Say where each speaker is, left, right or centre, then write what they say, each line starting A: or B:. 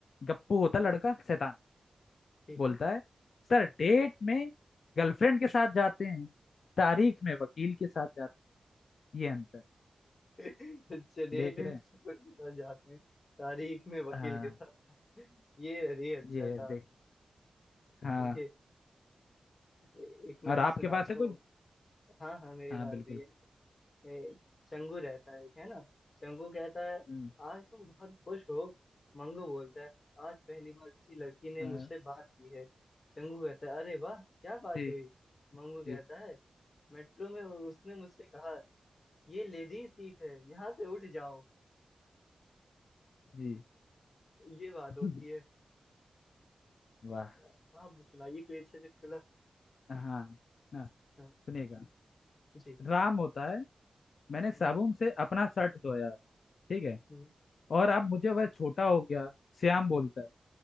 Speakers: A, on the left; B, on the left.
A: गप्पू होता
B: हम्म,
A: लड़का शैतान
B: ठीक
A: बोलता
B: है
A: है सर डेट में गर्लफ्रेंड के साथ जाते हैं तारीख में वकील के साथ जाते हैं। ये अंतर
B: <laughs> चलिए
A: देख
B: डॉक्टर
A: रहे हैं
B: के साथ जाते हैं तारीख में वकील
A: हाँ
B: के साथ ये अरे अच्छा
A: ये
B: था
A: देख हाँ
B: चलिए ए- एक मैं
A: और
B: भी
A: आपके
B: सुनाता
A: पास है
B: हूँ
A: कुछ
B: हाँ हाँ मेरे
A: हाँ
B: पास
A: बिल्कुल
B: भी है ए, चंगू रहता है है ना चंगू कहता है
A: हम्म।
B: आज तुम बहुत खुश हो मंगू बोलता है आज पहली बार किसी लड़की ने
A: हाँ,
B: मुझसे बात की है चंगू कहता है अरे वाह क्या बात
A: जी
B: हुई मंगू कहता
A: जी
B: है मेट्रो में उसने मुझसे कहा ये लेडी सीट है यहाँ से उठ जाओ
A: जी
B: ये बात होती
A: <laughs>
B: है
A: वाह
B: आप सुनाइए कोई अच्छा चुटकुला
A: हाँ ना
B: हाँ
A: सुनिएगा
B: जी
A: राम होता है मैंने साबुन
B: हम्म
A: से अपना शर्ट धोया ठीक है
B: हम्म
A: और अब मुझे वह छोटा हो गया श्याम बोलता है